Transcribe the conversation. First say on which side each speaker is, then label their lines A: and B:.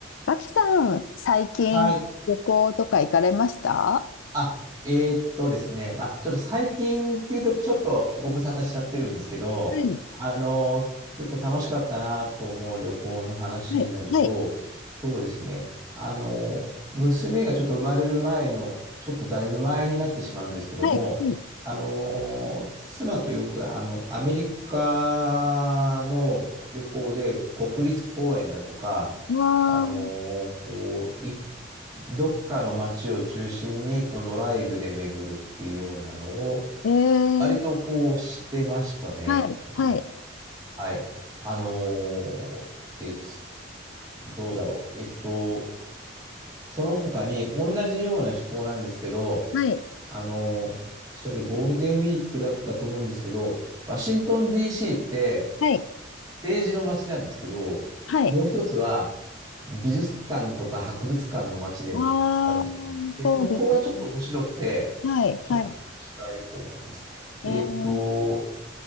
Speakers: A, on the left (about 80°); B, on the right (about 20°).
A: 脇さん、最近旅行とか行かれましたは
B: はい。あ、えーっとですね、まあ、ちょっと最近っていうと、ちょっとご無沙汰しちゃってるんですけど、
A: い、
B: あのー結構楽しかったなと思う旅行の話になると、
A: はい、はい、
B: そうですね、あのー娘がちょっと生まれる前の、ちょっとだいぶ前になってしまうんですけども、
A: はい、はい。
B: あのー妻とよく、あの、アメリカの旅行で、国立公園だとか、
A: わー
B: あのーこう、一どっかの街を中心にこうドライブで巡るっていうようなのを、
A: えー、
B: 割とこうしてましたね。
A: ああ、
B: うん
A: はい、
B: はい。あのーです。どうだろう。えっと、その他に同じような趣向なんですけど、
A: はい、
B: あのーそれゴールデンウィークだったと思うんですけど、ワシントン DC って、
A: はい、はい。
B: ージの街なんですけど、
A: はい。
B: もう一つは美術館とか博物館の街でもあるんですね。
A: ああ、
B: で、
A: そうですね。
B: そこがちょっと面白くて、
A: はい、
B: ちょっとお話ししたいと思います。
A: はい。
B: えっと、
A: えー、